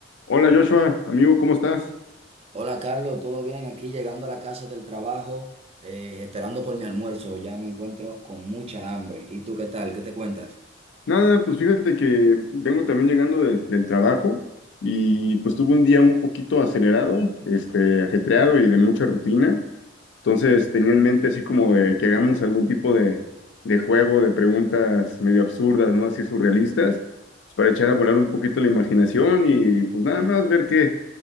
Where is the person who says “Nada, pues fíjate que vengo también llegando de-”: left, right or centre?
Left